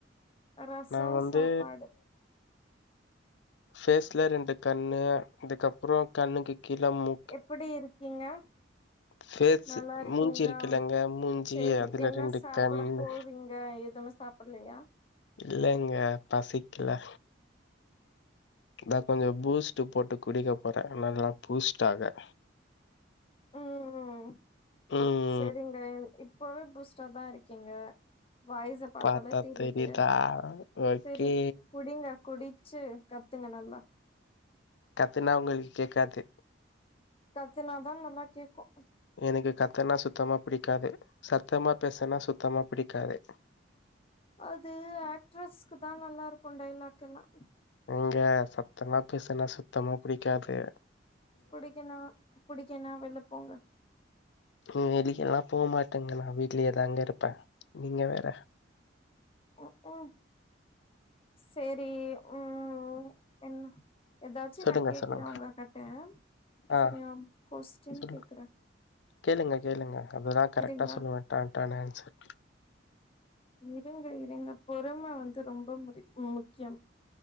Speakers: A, on the left; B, on the left.
A: ரசோ
B: நா வந்து
A: சாப்பாடு
B: பேஸ்ல ரெண்டு கண்ணு அதுக்கப்புறோ கண்ணுக்கு கீழ மூ
A: எப்படி இருக்கீங்க
B: ஃபேஸ்
A: நல்லா இருக்கீங்களா
B: மூஞ்சி இருக்குல்லங்க மூஞ்சி
A: செரி
B: அதுல
A: என்ன
B: ரெண்டு
A: சாப்பிட
B: கண்ணு
A: போறீங்க எதுமே சாப் பல்லையா
B: இல்லங்க பசிக்கில இதா
A: சேரி
B: கொஞ்சு பூஸ்ட்டு போட்டு குடிக்க போறே நல்லா பூஸ்ட்டாக
A: ம் ம்
B: ம்
A: செரிங்க இப்பவே பூஸ்டாதா இருக்கீங்க வாய்ச பாத்தாலே
B: பாத்தா
A: தெரிது
B: தெரியுதா ஓகே
A: செரி குடிங்க குடிச்சு கத்துங்க நல்லா
B: கத்துனா உங்ளுக் கேக்காது
A: கத்துனாதா நல்லா கேக்கு
B: எனக்கு கத்தனா சுத்தமா புடிக்காது சத்தமா பேசனா சுத்தமா புடிக்காது
A: அது ஆக்ட்ரஸ்குதா நல்லாருக்கு டைலாக் எல்லா
B: எங்க சத்தமா பேசனா சுத்தமா புடிக்காது
A: புடிக்கல்னா புடிக்கல்னா வெள்ள போங்க
B: ம் வெளியெல்லா போ மாட்டேங்க நா வீட்லயே தாங்க இருப்பே நீங்க வேற
A: ம் ம் சேரி ம் என்ன எதாச்சு
B: சொல்லுங்க
A: நா கேக்குறே
B: சொல்லுங்க
A: உங்க கட்ட
B: ஆ
A: செரியா கோஸ்டின்
B: சொல்லு
A: கேக்குறே
B: கேளுங்க கேளுங்க அதுதா கரெக்டா
A: இருங்க
B: சொல்லுவே டான் டான்னு ஆன்சர்
A: இருங்க இருங்க பொறும வந்து ரொம்ப முடி முக்கியம்